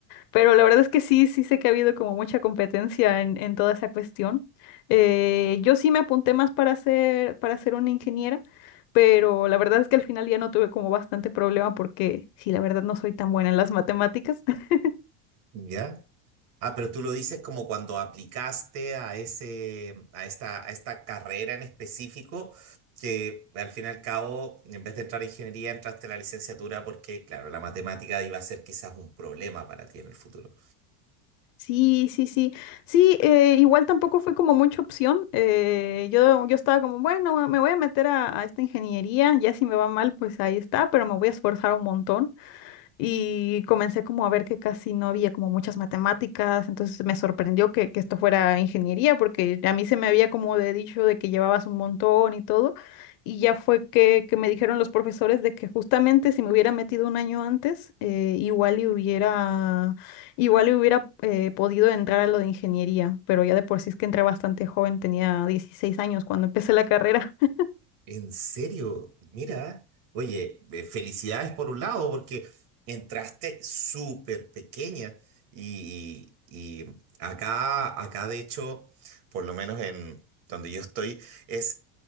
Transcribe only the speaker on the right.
Ya. Ah, pero tú lo dices como cuando aplicaste a ese, a esta, a esta carrera en específico, que al fin y al cabo, en vez de entrar a ingeniería, entraste a la licenciatura porque, claro, la matemática iba a ser quizás un problema para ti en el futuro.
¿En serio? Mira, oye, eh, felicidades por un lado, porque entraste súper pequeña y, y- y acá, acá de hecho, por lo menos en donde yo estoy, es